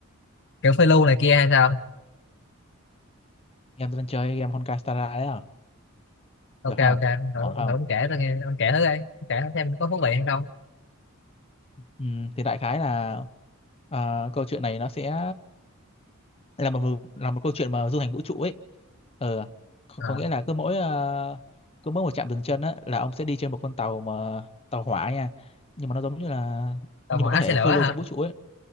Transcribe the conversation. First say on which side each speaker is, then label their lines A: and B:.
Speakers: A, on the left; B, on the left.
A: Kiểu phiêu lưu này kia hay sao?
B: Game tôi đang chơi game Honkai Star Rail đấy à,
A: Ok
B: được
A: ok,
B: không?
A: ông thử,
B: Ổn
A: ông
B: không?
A: thử ông kể tôi nghe, ông kể thử đi, Ông kể thử xem có thú vị hay không.
B: Ừ, thì đại khái là ờ, câu chuyện này nó sẽ là một vụ- là một câu chuyện mà du hành vũ trụ ấy. Ờ, có,
A: À,
B: có nghĩa là cứ mỗi ờ, cứ mỗi một trạm dừng chân á là ông sẽ đi trên một con tàu mà tàu hỏa nha, nhưng mà nó giống như là
A: tàu
B: nhưng
A: hỏa
B: mà có thể
A: xe lửa
B: phiêu
A: hả?
B: lưu trong vũ trụ ấy.